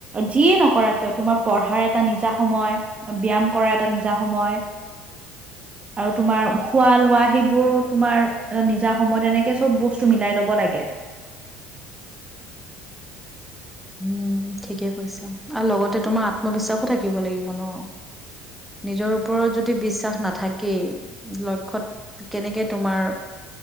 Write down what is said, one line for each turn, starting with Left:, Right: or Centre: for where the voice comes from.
Right: যিয়ে নকৰা কিয় তোমাৰ পঢ়াৰ এটা নিজা সময় ব্যায়াম কৰাৰ এটা নিজা সময়। আৰু তোমাৰ খোৱা লোৱা সেইবোৰ তোমাৰ এটা নিজা সময়ত এনেকে চব বস্তু মিলাই লব লাগে। <unintelligible>
Centre: উম ঠিকে কৈছ, আৰু লগতে তোমাৰ আত্মবিশ্বাসো থাকিব লাগিব ন। নিজৰ ওপৰত যদি বিশ্বাস নাথাকেই লক্ষ্যত কেনেকে তোমাৰ